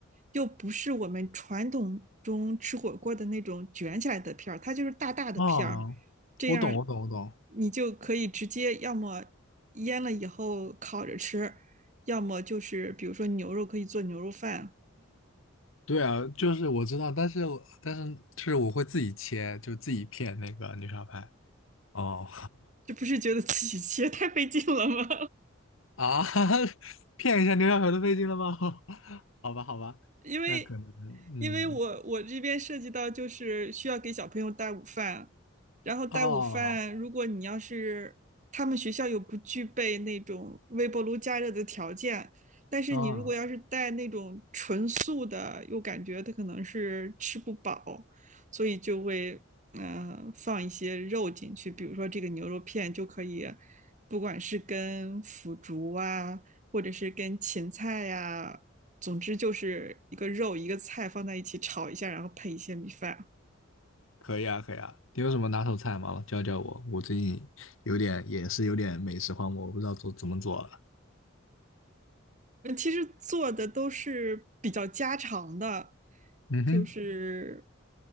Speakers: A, on the right (about 35°); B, on the left (about 75°).
A: 又不是我们传统中吃火锅的那种卷起来的片儿，它就是大大的片儿，
B: 啊，
A: 这样
B: 我懂，我懂，我懂。
A: 你就可以直接要么腌了以后烤着吃，要么就是比如说牛肉可以做牛肉饭。
B: 对啊，就是我知道，但是我但是就是我会自己切，就自己片那个牛小排。哦，
A: 这不是觉得自己切太费劲了吗？
B: <laughs> 啊，<laughs> 骗一下牛小排都费劲了吗？<laughs> 好吧，好吧，
A: 因为
B: 那可能，嗯，
A: 因为我我这边涉及到就是需要给小朋友带午饭，然后带午饭，
B: 哦，
A: 如果你要是他们学校又不具备那种微波炉加热的条件，但是你如果要是带那种纯素的，
B: 哦，
A: 又感觉他可能是吃不饱，所以就会呃放一些肉进去，比如说这个牛肉片就可以，不管是跟腐竹啊，或者是跟芹菜呀、啊总之就是一个肉一个菜放在一起炒一下，然后配一些米饭。
B: 可以啊，可以啊。你有什么拿手菜吗？教教我，我最近有点也是有点美食荒漠，我不知道做怎么做了。
A: 嗯其实做的都是比较家常的，
B: 嗯哼，
A: 就是